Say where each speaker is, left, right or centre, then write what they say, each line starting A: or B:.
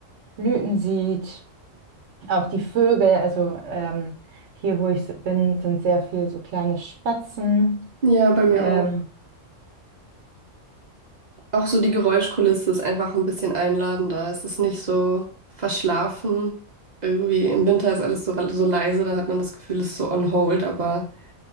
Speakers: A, on the right; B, on the right.
A: Blüten sieht, auch die Vögel. Also ähm, hier, wo ich s- bin, sind sehr viel so kleine Spatzen.
B: Ja, bei mir
A: Ähm,
B: auch. Auch so die Geräuschkulisse ist einfach ein bisschen einladender. Es ist nicht so verschlafen. Irgendwie im Winter ist alles so, so leise, da hat man das Gefühl, es ist so on hold. Aber